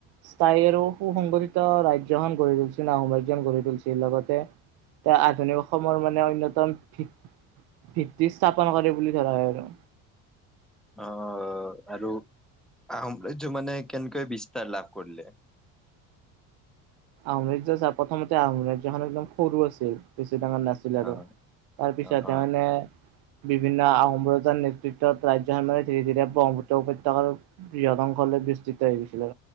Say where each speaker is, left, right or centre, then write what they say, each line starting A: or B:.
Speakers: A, on the right; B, in the centre.
A: স্থায়ী আৰু সু সংগঠিত ৰাজ্যখন গঢ়ি তুলিছে আহোম ৰাজ্যখন গঢ়ি তুলি আছিল লগতে এহ আধুনিক অসমৰ মানে অন্যতম ভিত্তি স্থাপন কৰে বুলি ধৰা হয় আৰু
B: অ' আৰু আহোম ৰাজ্য মানে কেনেকৈ বিস্তাৰ লাভ কৰিলে?
A: আহোম ৰাজ্য চা প্ৰথমতে আহোম ৰাজ্যখন একদম সৰু আছিল। বেছি ডাঙৰ নাছিল আৰু
B: অ
A: তাৰপিছত
B: অ অ
A: মানে বিভিন্ন আহোম ৰজাৰ নেতৃত্বত ৰাজ্যখন‌ৰ ধীৰে ধীৰে ব্ৰহ্মপুত্ৰ উপত্যকাৰ বৃহৎ অংশলৈ বিস্তৃত হৈ গৈছিল,